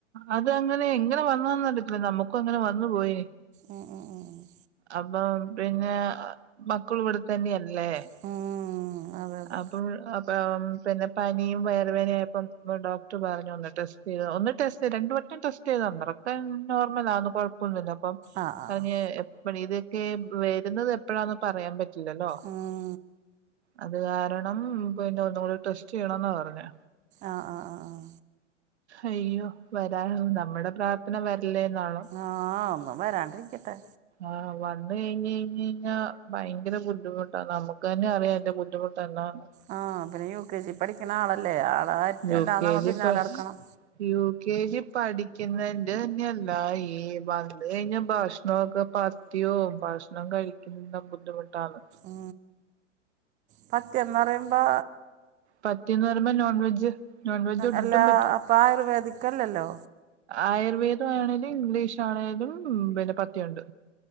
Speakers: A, on the right; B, on the right.
A: അത് അങ്ങനെ എങ്ങനെ വന്നന്നറിയത്തില്ല നമ്മുക്കും അങ്ങനെ വന്നു പോയി
B: ഉം ഉം ഉം ഉം
A: അപ്പം പിന്നെ മക്കളും ഇവിടെത്തന്നെയല്ലേ
B: ഉം അതെ അതെ
A: അപ്പം അപ് പ്പം പിന്നെ പനിയും വയർവേനയായപ്പം ഡോക്ടർ പറഞ്ഞു ഒന്ന് ടെസ്റ്റ് ചെയ്ത് ഒന്ന് ടെസ്റ്റ് ചെയ് രണ്ട് വട്ടം ടെസ്റ്റ് അത്രൊക്കെ നോർമല ആന്ന് കുഴപ്പ അപ്പം
B: ആ ആ ആ.
A: പറഞ്ഞ എപ്പ ഇതൊക്കെ വരുന്നത് എപ്പോഴാന്ന് പറയാൻ പറ്റില്ലല്ലോ
B: ആഹ്
A: അത് കാരണം പിന്നെ ഒന്നുകൂടി ടെസ്റ്റ് ചെയ്യണന്നാ പറഞ്ഞെ
B: ആഹ -ആ -ആ- ആ്
A: അയ്യോ വരാ നമ്മുടെ പ്രാർത്ഥന വരല്ലേ എന്നാണോ
B: ആഹ ഒന്നും വരാണ്ടിരിക്കട്ടെ
A: ആഹ് വന്നു കഴിഞ് കഴിഞ് കഴിഞ്ഞാ ഭയങ്കര ബുദ്ധിമുട്ടാണ് നമുക്ക് തന്നെ അറിയാം എന്റെ ബുദ്ധിമുട്ട് എന്താന്ന്
B: ആ പിന്നെ യു കെ ജി പഠിക്കണ ആളല്ലേ ആളല്ലാ
A: യു കെ
B: നമ്മ
A: ജി
B: പിന്നാലെ എടക്കണം
A: യു കെ ജി പഠിക്കുന്നന്റെ <unintelligible> ഈ വന്ന് കഴിഞ്ഞ ഭക്ഷണൊക്കെ എത്തിയോ ഭക്ഷണം കഴിക്കുന്ന ബുദ്ധിമുട്ടാണ്
B: ഉ പറ്റന്ന് പറയുമ്പോ
A: പറ്റീന്ന് പറയ്പോ നോൺ വെജ് നോൺ വെജ് ഒട്ടും
B: അല്ലാ അപ്പൊ ആയുർവേദിക്ല്ലല്ലോ
A: ആയുർവേദമാണെങ്കലും ഇംഗ്ലീഷ് ആണേങ്കലും പിന്നെ പറ്റിയൊണ്ട്